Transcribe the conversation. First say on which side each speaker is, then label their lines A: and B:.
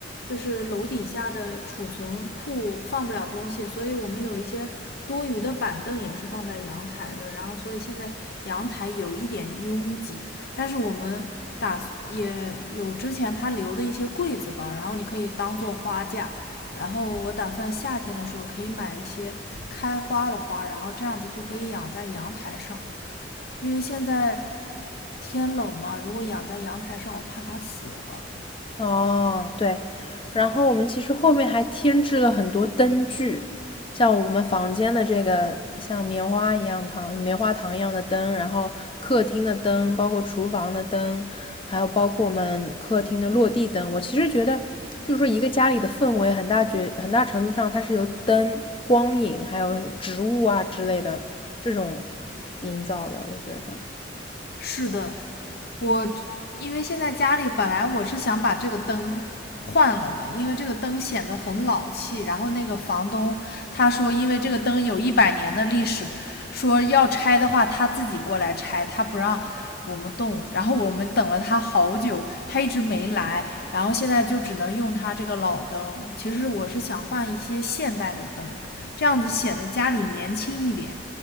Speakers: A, on the left; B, on the left.
A: 就是楼底下的储存库放不了东西，所以我们有一些多余的板凳也是放在阳台的，然后所以现在阳台有一点拥挤，但是我们打也有之前他留的一些柜子吧，然后你可以当做花架。然后我打算夏天的时候可以买一些开花的花，然后这样子就可以养在阳台上，因为现在天冷嘛，如果养在阳台上，我怕它死了。
B: 哦，对，然后我们其实后面还添置了很多灯具，像我们房间的这个像棉花一样糖、棉花糖一样的灯，然后客厅的灯，包括厨房的灯，还有包括我们客厅的落地灯。我其实觉得，就是说一个家里的氛围很大觉很大程度上它是由灯、光影，还有植物啊之类的这种营造的，我觉得。
A: 是的，我因为现在家里本来我是想把这个灯换了的，因为这个灯显得很老气。然后那个房东他说，因为这个灯有一百年的历史，说要拆的话他自己过来拆，他不让我们动。然后我们等了他好久，他一直没来。然后现在就只能用他这个老灯。其实我是想换一些现代的灯，这样子显得家里年轻一点。